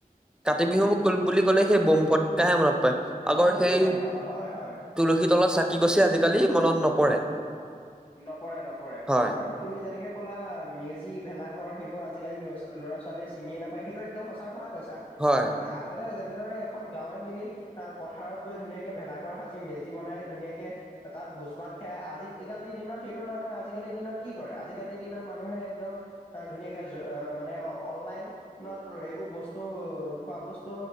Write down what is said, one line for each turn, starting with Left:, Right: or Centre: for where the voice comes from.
Centre: কাতি বিহু
Left: উম,
Centre: ক, বুলি ক'লে সেই বম ফ কাহে মনত পাৰে, আগৰ
Left: বোম ফটকাই
Centre: সেই
Left: হয় হয় হয়
Centre: তুলসী তলত চাকি গছে, আজিকালি মনত নপৰে।
Left: নকৰে, নপৰে,
Centre: হয়,
Left: আৰু তুমি যেনেকৈ ক'লা, মেজি, ভেলাঘৰ সেইবোৰ আজিকালি ল-ল'ৰা ছোৱালীয়ে চিনিয়ে নাপায়, সেইটো একদম সঁচা কথা কৈছা।
Centre: হয়,
Left: কাৰণ আগত তে, যেনেদৰে এখন গাঁৱে মিলি, আহ পথাৰত গৈ ধুনীয়াকে ভেলাঘৰ সাজি মেজি বনাই ধুনীয়াকে। তাত ভোজ ভাত খাই, আজি আজিকালিৰ দিনত সেইটো নহয়, নহয় আজিকালিৰ দিনত কি কৰে আজিকালিৰ দিনত মানুহে একদম অ, ধুনীয়াকে য, মানে অনলাইন ন, এইবোৰ বস্তু, খোৱা বস্তু